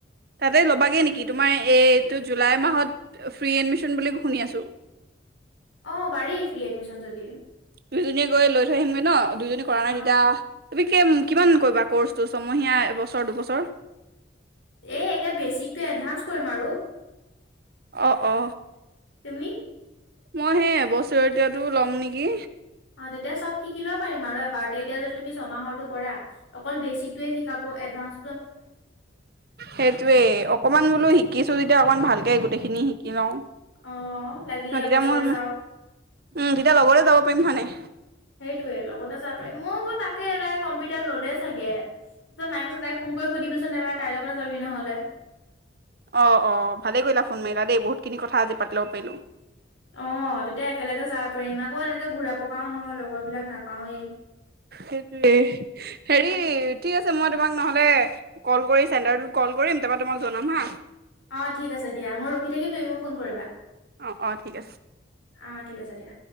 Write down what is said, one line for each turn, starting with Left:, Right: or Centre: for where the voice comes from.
Right: তাতে ল'বাগৈ নেকি তোমাৰ এইটো জুলাই মাহত ফ্ৰী এডমিশ্যন বুলি শুনি আছোঁ।
Left: অ পাৰি ফ্ৰী এডমিশন যদি।
Right: দুইজনীয়ে গৈ লৈ থৈ আহিমগে ন দুইজনী কৰা নাই
Left: অ',
Right: তেতিয়া তুমি তাকে কিমান কৰিবা ক'ৰ্চটো ছমহীয়া, এবছৰ, দুবছৰ?
Left: এ একে বেচিকটো এডভানস কৰিম আৰু।
Right: অ অ।
Left: তুমি?
Right: মই হে এবছৰে এতিয়াতো ল'ম নেকি।
Left: অ তেতিয়া চব শিকি লব পাৰিম আৰু এবাৰ এতিয়া যে তুমি ছমাহৰটো কৰা অকল বেছিকয়ে শিকাব, এডভানস
Right: সেইটোৱে অকমান বোলো শিকিছো যেতিয়া অকমান ভালকে গোটেই খিনি শিকি লও,
Left: অ', লাগিলে
Right: তেতিয়া
Left: এবছৰে
Right: মোৰ
Left: যাও
Right: উম তেতিয়া লগতে যাব পাৰিম হয় নাই?
Left: সেইটোয়ে লগতে যাব পাৰি মই বোলো তাকে এ কম্পিউটাৰ ললে চাগে। পিছত মাই কৈছ তাইক ফোন কৰি সুধিবিচোন এবাৰ তাইৰ লগতে যাবি নহলে।
Right: অ অ ভালে কৰিলা ফোন মাৰিলা দেই বহুতখিনি কথা আজি পাতি লব পাৰিলো।
Left: অ তেতিয়া একেলগে যাব পাৰিম আকৌ এনেকে ঘূৰা পকাও নহয় লগৰ বিলাক নাপাৱেই।
Right: সেইটোৱে। হেৰি ঠিক আছে মই তোমাক নহ'লে কল কৰি চেণ্টাৰটোত কল কৰিম তাৰপৰা তোমাক জনাম হা।
Left: অ ঠিক আছে দিয়া মই ৰখি থাকিম তুমি মোক ফোন কৰিবা।
Right: অ অ ঠিক আছে
Left: আহ ঠিক আছে দিয়া।